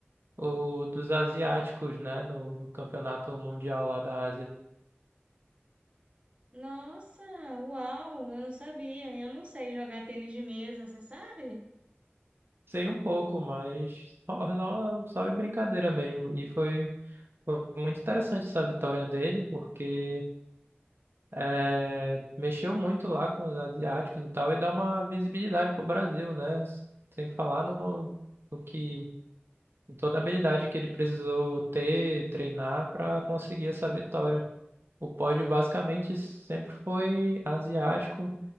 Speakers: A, on the right (about 65°); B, on the right (about 30°).
A: o dos asiáticos, né, no, no campeonato mundial lá da Ásia.
B: Nossa, uau, eu não sabia. Eu não sei jogar tênis de mesa, você sabe?
A: Sei um pouco, mas só, só, só de brincadeira mesmo. E foi, foi muito interessante essa vitória dele, porque é, mexeu muito lá com os asiáticos e tal, e dá uma visibilidade pro Brasil, né? Sem falar no, no que toda a habilidade que ele precisou ter, treinar para conseguir essa vitória. O pódio basicamente sempre foi asiático,